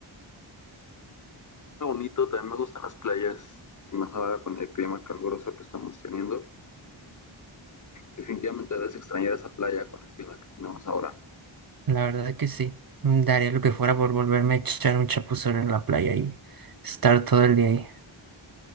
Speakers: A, on the left; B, on the right.
A: Está bonito, también me gustan las playas, y más ahora con el clima caluroso que estamos teniendo. Definitivamente debes extrañar esa playa con el clima que tenemos ahora.
B: La verdad que sí. mm, Daría lo que fuera por volverme a echar un chapuzón en la playa y estar todo el día ahí.